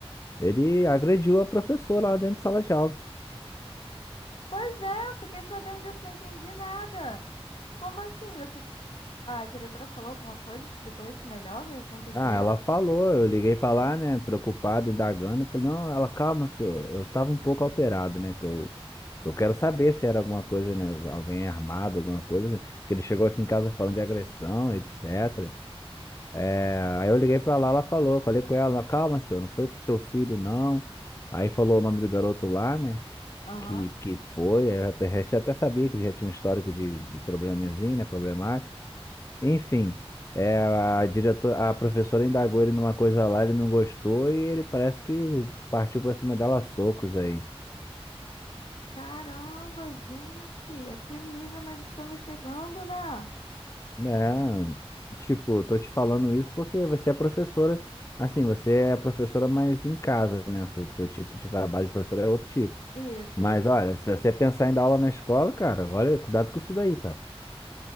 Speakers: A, on the left (about 30°); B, on the left (about 65°).
A: Ele agrediu a professora lá dentro de sala de aula.
B: Pois é, eu fiquei sabendo disso, não entendi nada. Como assim? Você... A diretora falou alguma coisa, explicou isso melhor, o que que aconteceu?
A: Ah, ela falou, eu liguei pra lá, né? Preocupado, indagando. Falei, não, ela, calma, senhor. Eu tava um pouco alterado, né? Que eu, eu quero saber se era alguma coisa, né? Alguém armado, alguma coisa. Que ele chegou aqui em casa falando de agressão, etc. É, aí eu liguei pra lá, ela falou, falei com ela, calma, senhor, não foi com seu filho, não. Aí falou o nome do garoto lá, né?
B: Aham.
A: Que, que foi, aí eu até, já até sabia que ele já tinha um histórico de, de probleminzinho, né? Problemático. Enfim, é, a diretora, a professora indagou ele numa coisa lá, ele não gostou e ele parece que partiu pra cima dela a socos aí.
B: Caramba, gente, a que nível nós estamos chegando, né?
A: É, tipo, eu tô te falando isso porque você é professora, assim, você é professora, mas em casa, né? Seu, seu tipo de trabalho de professora é outro tipo.
B: Isso,
A: Mas
B: isso.
A: olha, se você pensar em dar aula na escola, cara, olha, cuidado com isso daí, cara.